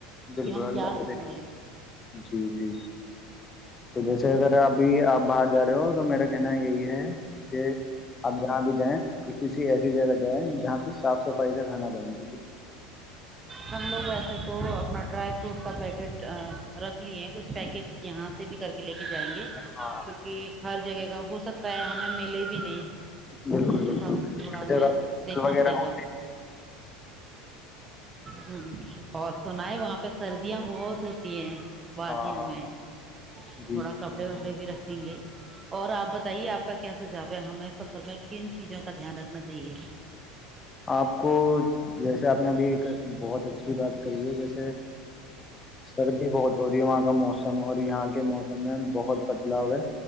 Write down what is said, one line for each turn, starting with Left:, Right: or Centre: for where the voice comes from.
Left: بالکل
Right: کہ ہم
Left: اللہ
Right: کیا کر
Left: دکتا
Right: رہے ہیں
Left: جی جی تو جیسے اگر آپ بھی آپ باہر جا رہے ہو تو میرا کہنا یہی ہے کہ آپ جہاں بھی جائیں ک کسی ایسی جگہ جائیں جہاں پہ صاف سفائی پائید کھانا بنائیں گے
Right: ہم لوگ ویسے تو اپنا ڈرائی فروٹ کا پیکٹ رکھ لیے کچھ پیکٹ یہاں بھی کر کے لے کے <unintelligible> جائیں گے
Left: ہاں
Right: کیونکہ ہر جگہ کا ہو سکتا ہے ہمیں ملے بھی نہیں
Left: بالکل
Right: تو اس
Left: بالکل
Right: حساب سے تھوڑا ہمیں
Left: جگہ
Right: دیکھنا
Left: وغیرہ
Right: پڑے
Left: ہو
Right: گا ہ اور سنا ہے وہاں پہ سردی یاں بہت ہوتی ہیں وادیوں
Left: ہاں ہاں
Right: میں
Left: جی
Right: تھوڑا کپڑے وپڑے بھی رکھیں گے اور آپ بتائیے آپ کا کیا سجھاؤ ہے ہمیں سفر میں کن چیزوں کا دھیان رکھنا چاہیے
Left: آپ کو جیسے آپ نے ابھی بہت اچھی بات کریے جیسے سردی بہت دوری وہاں کا موسم اور یہاں کے موسم میں بہت بدلاؤ ہے